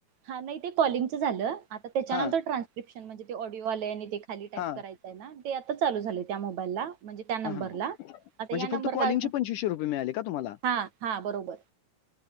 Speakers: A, on the right; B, on the left.
A: हा नाही ते कॉलिंगचं झालं, आता त्याच्यानंतर
B: हा
A: ट्रान्स्क्रिप्शन म्हणजे ते ऑडिओ आलय आणि ते खाली टाईप
B: हा
A: कराय. य ना ते चालू झालय त्या मोबाईलला म्हणजे त्या नंबरला
B: हा हा
A: आता
B: म्हणजे
A: या नंबरला
B: फक्त कॉलिंगचे
A: असं,
B: रुपये मिळाले का तुम्हाला?
A: हा हा बरोबर.